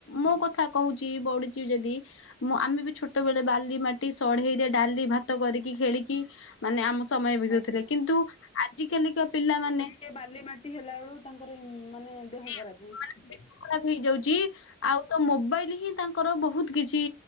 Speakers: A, on the left; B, on the left.
A: ମୋ କଥା କହୁଛି ବଢୁଛି ଯଦି ମୁଁ ଆମେ ବି ଛୋଟବେେଳେ ବାଲି ମାଟି ସଢେଇରେ ଡାଲି ଭାତ କରିକି ଖେଳିକି ମାନେ ଆମ ସମୟ ବିତଉଥିଲେ
B: ଆଜ୍ଞା।
A: କିନ୍ତୁ ଆଜି କାଲିକା ପିଲାମାନେ
B: ଇଏ ବାଲି ମାଟି ହେଲା ବେଳକୁ ତାଙ୍କର ଏ ମାନେ ଦେହ
A: <inaudible>
B: ଖରାପ ହଉଛି।
A: ଖରାପ ହେଇଯାଉଛି ଆଉ ତ ମୋବାଇଲ ହିଁ ତାଙ୍କର ବହୁତ କିଛି